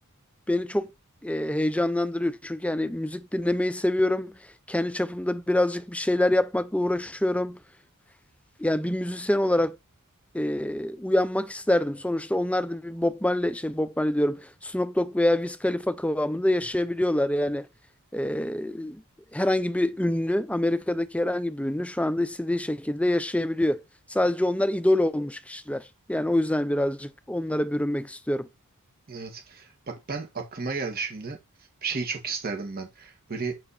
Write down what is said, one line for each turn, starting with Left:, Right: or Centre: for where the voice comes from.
Centre: beni çok e, heyecanlandırıyor. Çünkü yani müzik dinlemeyi seviyorum. Kendi çapımda birazcık bir şeyler yapmakla uğraşıyorum. Yani bir müzisyen olarak e, uyanmak isterdim. Sonuçta onlar da bir Bob Marley, şey Bob Marley diyorum. Snoop Dogg veya Wiz Khalifa kıvamında yaşayabiliyorlar. Yani e, herhangi bir ünlü, Amerika'daki herhangi bir ünlü şu anda istediği şekilde yaşayabiliyor. Sadece onlar idol olmuş kişiler. Yani o yüzden birazcık onlara bürünmek istiyorum.
Right: Evet. Bak ben aklıma geldi şimdi. Bir şeyi çok isterdim ben. Böyle